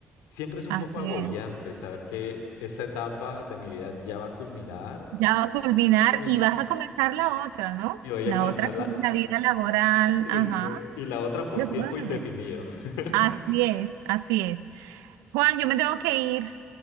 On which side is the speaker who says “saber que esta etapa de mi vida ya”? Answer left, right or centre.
Left